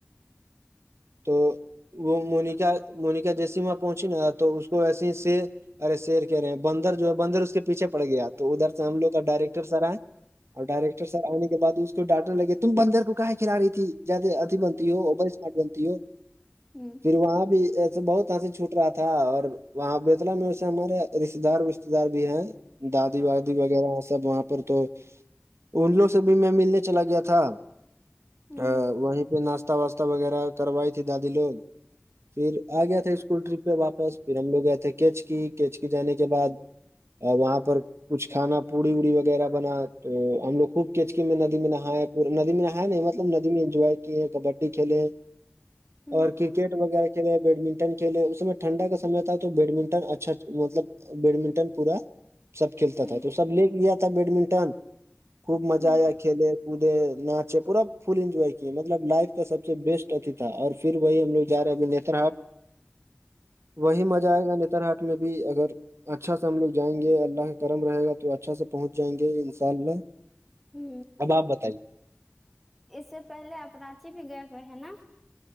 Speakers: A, on the right; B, in the centre.
A: تو وہ مونییک مونکا جےسما پہنچی نا تو اس کو ویسے ہی سے ارے سیر کہہ رہے ہیں بندر جو ہے بندر اس کے پیچھے پڑ گیا آپ تو ادھر سے ہم لوگ کا ڈائریکٹر سر آئے اور ڈائریکٹر سر آنے کے بعد اس تو ڈانٹنے لگے تم بندر کو کہیں کھلا رہی تھی زیادہ ادھی بنتی ہو اوور اسمارٹ بنتی ہو
B: ہ
A: پھر وہاں بھی ایسے بہت ہانسی چھوٹ رہا تھا اور وہاں بیتلا میں وسے ہمارے رشتے دار وشتے دار بھی ہیں دادی وادی وغیرہ سب وہاں پر تو ان لوگ سے بھی میں ملنے چلا گیا تھا
B: ہ ہ
A: وہیں پہ ناشہ راتا واسہ وغیرہ کروائی تھی دادی لوگ پھر آ گیا تھا اسکول ٹرپ پہ واپس پھر ہم لوگ گئے تھے کیچ کی کیچک جانے کے بعد اور وہاں پر کچھ کھانا پوڑی ووڑی وغیرہ بنا تو ہم لوگ خوب کچکی میں ندی میں نہایا ہے پور ندی میں نہایا نہیں مطلب ندی میں انجوائے کیے کبڈی کھیلے ہیں
B: ہوں
A: اور کرکٹ وغیرہ کھیل بیڈمنٹن کھیلے اس میں ٹھنڈا کا سم تھا تو بیڈمنٹن اچھا مطلب بیڈمنٹن پورا سب کھیلتا
B: ہوں
A: تھا تو سب لے کے گیا تھا بیڈمنٹن خوب مزہ
B: ہوں
A: آیا کھیلے کوودے ناچے پورا فل انجوائے کیے مطلب لائف کا سب سے بیسٹ اتھی تھا اور پھر وہی ہم لوگ جا رہے ہیں ابھی نتر ہاٹ وہی مزہ آئے گا نتر ہاٹ میں بھی اگر اچھا سے ہم لوگ جائیں گے اللہ کا کرم رہے گا تو اچھا سے پہنچ جائیں گے انشاء اللہ
B: ہ
A: اب آپ بتائیے
B: اس سے پہلے آپ راچی بھی گئے ہوئے ہیں نا